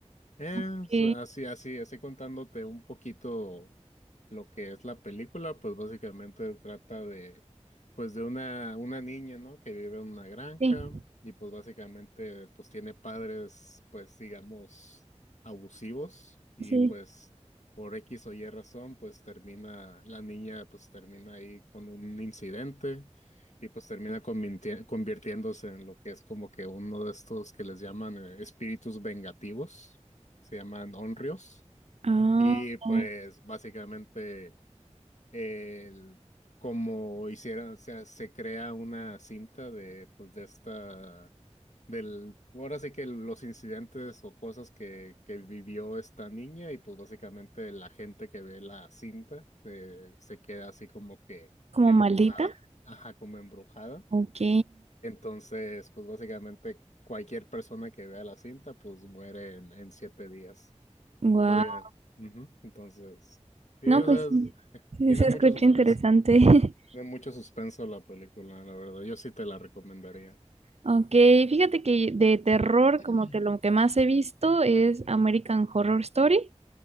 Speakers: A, on the left (about 80°); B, on the right (about 65°).
A: Es
B: Ok,
A: así, así, así contándote un poquito lo que es la película, pues básicamente trata de, pues de una, una niña, ¿no? Que vive en una granja
B: Sí,
A: y pues básicamente pues tiene padres, pues digamos, abusivos y
B: sí.
A: pues por X o Y razón, pues termina, la niña pues termina ahí con un incidente y pues termina convinti- convirtiéndose en lo que es como que uno de estos que les llaman eh, espíritus vengativos se llaman Onryos.
B: Ah,
A: Y pues
B: ya.
A: básicamente el, como hicieron, o sea, se crea una cinta de pues de esta del ahora sí que los incidentes o cosas que, que vivió esta niña y pues básicamente la gente que ve la cinta eh, se queda así como que
B: ¿como
A: embrujada,
B: maldita?
A: ajá, como embrujada.
B: Ok.
A: Entonces, pues básicamente cualquier persona que vea la cinta pues muere en, en siete días.
B: Wow.
A: Básicamente. Ujú. Entonces, sí,
B: No,
A: o
B: pues
A: sea,
B: sí,
A: es-
B: sí
A: tiene
B: se
A: mucho
B: escucha
A: suspenso.
B: interesante. <laughs>
A: Tiene mucho suspenso la película, la verdad. Yo sí te la recomendaría.
B: Ok, fíjate que de terror,
A: <clears throat>
B: como que lo que más he visto es American Horror Story,